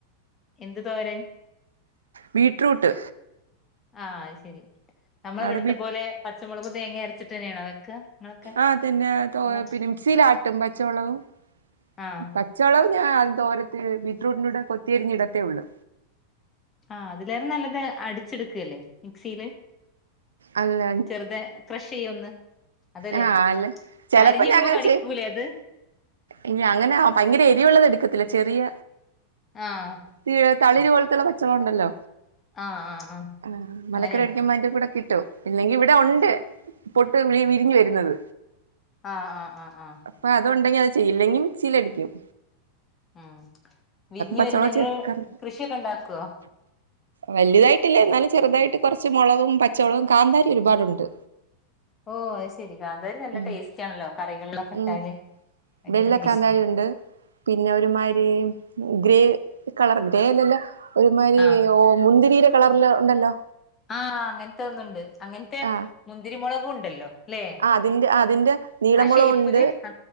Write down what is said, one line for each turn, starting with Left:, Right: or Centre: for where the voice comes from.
Left: എന്ത് തോരൻ
Right: ബീറ്റ്റൂട്ട്
Left: ആ അയ് ശരി നമ്മള
Right: അവിടെ
Left: ഇവട്ത്തെ
Right: ബീ
Left: പോല പച്ചമുളക് തേങ്ങ അരച്ചിട്ട് തന്നെണോ വെക്ക നിങ്ങളൊക്കെ
Right: ആ തന്നെ തോ
Left: നിങ്ങള്
Right: പിന്നെ മിക്സിയിലാട്ടും പച്ചമൊളവും
Left: ആഹ്
Right: പ പച്ച മൊളക് ഞാൻ തോരൻ ബീറ്റ്റൂട്ടിന്റുടെ കൊത്തിയരിഞ്ഞ ഇടത്തേ ഒള്ളു.
Left: ആ അതിലാറേ നല്ലത് അടിച്ചെടുക്കല്ലേ മിക്സിയില്
Right: അല്ല
Left: ചെറ്തെ ക്രഷയ്യ് ഒന്ന് അതല്ലേ
Right: ആ അല്ലെ ചെലപ്പം
Left: അരിഞ്ഞിടുമ്പോ
Right: ഞാങ്ങന
Left: കടിക്കൂലേ
Right: ചെയ്
Left: അത്
Right: ഇനി അങ്ങനെ ഭയങ്കര എരിവ് ഉള്ളത് എട് ക്കത്തില്ല ചെറിയ
Left: ആഹ്
Right: ത് തളിര് പോൽത്തുള്ള പച്ചമൊള ഇണ്ടല്ലോ
Left: ആഹ് ആഹ്
Right: ആഹ് മലക്കറി
Left: അങ്ങനെ എടുക്കും
Right: വേടിക്കുമ്പ അയ്ന്റെ കൂടെ കിട്ടും. ഇല്ലെങ്കി ഇവിടെ ഉണ്ട് പൊട്ട് വി വിരിഞ് വരുന്നത്.
Left: ആഹ് ആഹ് ആഹ് ആഹ്
Right: അപ്പൊ അത് ഉണ്ടെങ്കി അത് ചെയ്യും ഇല്ലെങ്കി മിക്സിയിലടിക്ക്യും.
Left: ഉം വിര്ഞ്
Right: പച്ചമുളക്
Left: വര്ന്നെ ഇങ്ങള്
Right: ചേർക്കാറില്ല
Left: കൃഷിയൊക്ക ഇണ്ടാക്കോ
Right: വല്തായിട്ടില്ല എന്നാലും ചെറുതായിട്ട് കോറച്ച് മൊളകും പച്ചമുളകും കാന്താരി ഒരുപാടുണ്ട്.
Left: ഓ അത് ശെരി കാ‍ന്താരി നല്ല
Right: ഉം
Left: ടെസ്റ്റാണല്ലോ കറികൾലൊക്ക ഇട്ടാല്
Right: ഉം
Left: ഭയങ്കര
Right: വെള്ള
Left: ടേസ്
Right: കാന്താരി ഉണ്ട് പിന്നെ ഒരുമാരി ഗ്രേ കളർ ഗ്രേ അല്ലല്ല ഒരുമാതിരി
Left: ആഹ്
Right: ഓ മുന്തിരീടെ കളർല് ഉണ്ടല്ലോ
Left: ആ അങ്ങൻത്തെ ഒന്ന് ഇണ്ട് അങ്ങൻത്തെ
Right: ആ
Left: മുന്തിരി മൊളകു ഇണ്ടല്ലോ. അല്ലെ
Right: ആ അതിന്റെ ആ അതിന്റെ നീള മൊളകു
Left: ഷേപ്പില്
Right: ഉണ്ട്
Left: ആ